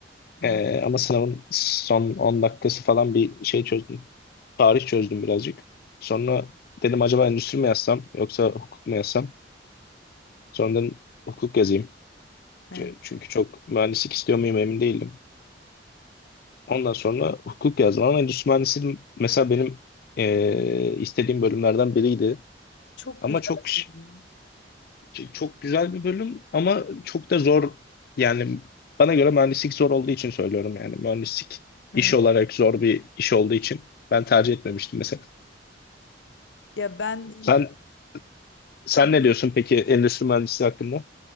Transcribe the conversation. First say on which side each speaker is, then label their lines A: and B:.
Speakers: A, on the left (about 75°); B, on the left (about 50°).
A: Hı.
B: Ee, ama sınavın son 10 dakikası falan bir şey çözdüm. Tarih çözdüm birazcık. Sonra dedim acaba endüstri mi yazsam yoksa hukuk mu yazsam? Sonra dedim hukuk yazayım.
A: Evet.
B: C- Çünkü çok mühendislik istiyor muyum emin değilim. Ondan sonra hukuk yazdım ama endüstri mühendisliği mesela benim ee, istediğim bölümlerden biriydi.
A: Çok
B: Ama
A: güzel.
B: çok ş-
A: bölüm
B: Ç- Çok güzel bir bölüm ama çok da zor. Yani bana göre mühendislik zor olduğu için söylüyorum yani. Mühendislik
A: ya.
B: iş
A: Hı.
B: olarak zor bir iş olduğu için ben tercih etmemiştim mesela.
A: Ya ben
B: Sen sen
A: inansam
B: ne diyorsun peki endüstri mühendisliği hakkında?